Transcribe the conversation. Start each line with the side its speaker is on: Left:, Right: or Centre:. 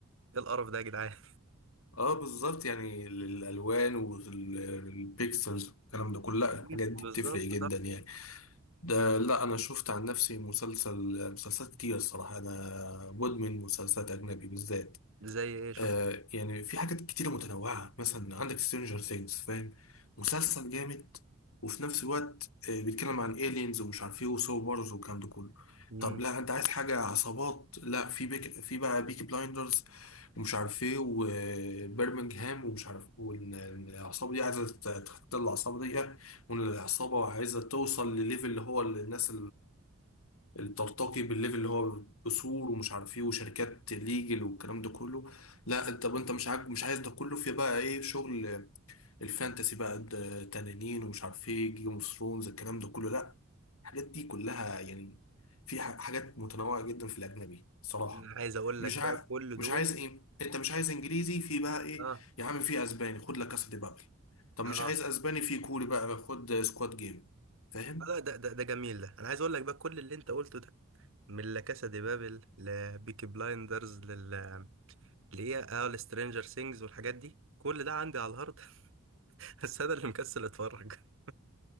Right: ايه القرف ده يا جدعان
Left: أه بالظبط يعني ال- الألوان والبيكسلز والكلام ده كله لا
Right: <laughs>
Left: الحاجات دي
Right: بالظبط
Left: بتفرق جدا يعني ده لا انا شفت عن نفسي مسلسل مسلسلات كتير الصراحه انا مدمن مسلسلات اجنبي بالذات
Right: زي ايه شفت
Left: آه يعني في حاجات كتيرة متنوعة مثلا عندك سترينجر ثينجز فاهم مسلسل جامد وفي نفس الوقت آه بيتكلم عن aliens ومش عارف ايه وسو بارز والكلام ده كله
Right: مم.
Left: طب لا انت عايز حاجة عصابات لا في بيك في بقى بيكي بلايندرز ومش عارف ايه وبرمنجهام ومش عارف والعصابة دي عايزة تختل العصابة دي والعصابة عايزة توصل لليفل اللي هو الناس ترتقي بالليفل اللي هو اصول ومش عارف ايه وشركات ليجل والكلام ده كله لا انت انت مش عاج... مش عايز ده كله في بقى ايه شغل الفانتسي بقى ده تنانين ومش عارف ايه جيم اوف ثرونز الكلام ده كله لا الحاجات دي كلها يعني في ح- حاجات متنوعة جدا في الاجنبي صراحة
Right: انا عايز اقول
Left: مش
Right: لك بقى
Left: ع...
Right: كل
Left: مش
Right: دول
Left: عايز ايه انت مش عايز انجليزي في بقى ايه
Right: اه
Left: يا عم في اسباني خد لك كاسا دي بابل طب مش
Right: اه
Left: عايز اسباني في كوري بقى خد سكواد جيم فاهم
Right: آه، لا ده ده ده جميل ده انا عايز اقول لك بقى كل اللي انت قلته ده من لا كاسا دي بابل لبيكي بلايندرز لل ليه اه لسترينجر سينجز والحاجات دي كل ده عندي على الهارد <laughs> بس انا اللي مكسل اتفرج <laughs>